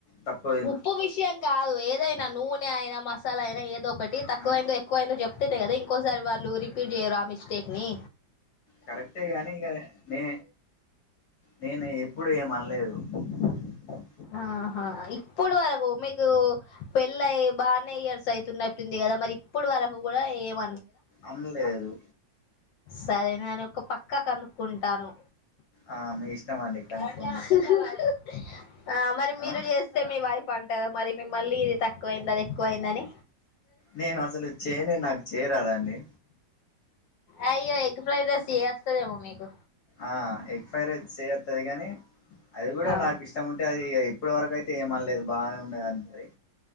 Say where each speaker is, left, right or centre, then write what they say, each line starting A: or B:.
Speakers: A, on the left (about 65°); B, on the left (about 75°).
A: తక్కు
B: ఉప్పు విషయం కాదు ఏదైనా నూనె అయినా మసాలా అయినా ఏదో ఒకటి తక్కువ
A: ఆ
B: అయిందో ఎక్కువైందో చెప్తేనే కదా ఇంకోసారి వాళ్ళు రిపీట్ చేయరు ఆ మిస్టేక్ని
A: కరెక్టే కానీ ఇగ నే నేను ఎప్పుడు ఏమనలేదు <inaudible>
B: ఆహా ఇప్పుడు వరకు మీకు పెళ్ళయి బానే ఇయర్స్ అయితున్నట్టుంది గ కద మరి ఇప్పుడు వరకు కూడ ఏమ
A: అమ్మలేదు
B: సరే నేను ఒక పక్క కనుక్కుంటాను
A: ఆ మీ ఇష్టం అండి
B: <unintelligible>
A: కనుక్కోండి
B: <inaudible> ఆ మరి మీరు
A: ఆ
B: చేస్తే మీ వైఫ్ అంటదా మరి మిమ్మల్ళీ ఇది తక్కువ అయింది అది ఎక్కువైంది అని
A: నేను అసలు చేనే నాకు చేయరాదండి
B: అయ్యో ఎగ్ ఫ్రైడ్ రైస్ <unintelligible> మీకు
A: ఆ ఎగ్ ఫ్రైడ్ రైస్ <unintelligible> గని అది కూడ
B: ఆ
A: నాకు ఇష్టం ఉంటే అది ఇప్పటి వరకు అయితే ఏమనలేదు బాగానే ఉన్నది అని అంటది